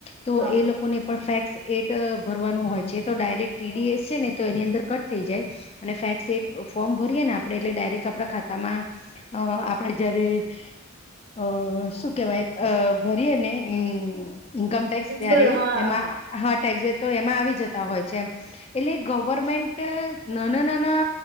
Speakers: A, on the left; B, on the right.
A: તો
B: હા
A: એ લોકોને પણ ફેસ એટ ટ ભરવાનું હોય છે તો ડાયરેક ટીડીએસ છે ને તો એની અંદર કટ થઈ જાય અને ફેક્સ એ ફોર્મ ભરીએ ને આપણેે એટલે ડાયરેક્ટ આપણા ખાતામાં અ આપણે જયારે અ શું કેવાય અ ભરીએે નેએ ઇન્કમ ટેક્સ ત્યારે
B: ભર હા
A: એમાં હા ટેક્સ જો તો એમાં આવી જતા હોય છે એટલે ગવર્મેન્ટ નાના નાના